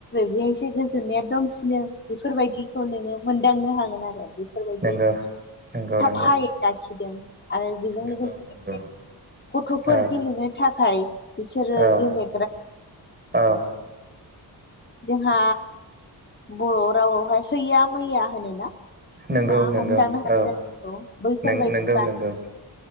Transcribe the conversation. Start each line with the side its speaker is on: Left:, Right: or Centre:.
Left: बेहायसो गोजोननाया दंसिनो बेफोरबायदिखौ नोङो मोनदांनो हागोन आरो बेफोरबायदि
Right: नंगौ नंगौ
Left: साफायै
Right: नंगौ
Left: लाखिदों आरो बेजों
Right: नंगौ
Left: लोगोसे
Right: नंगौ
Left: गथ'फोर
Right: औ
Left: गेलेनो थाखाय बिसोरो
Right: औ
Left: गेले
Right: औ
Left: जोंहा बर' रावआवहाय हैैया मैया होनोना नोंथाङा
Right: नंगौ नंगौ
Left: हमदांनो हादों
Right: औ
Left: जानांगौ बैफोरबायदि
Right: नंगौ
Left: बा
Right: नंगौ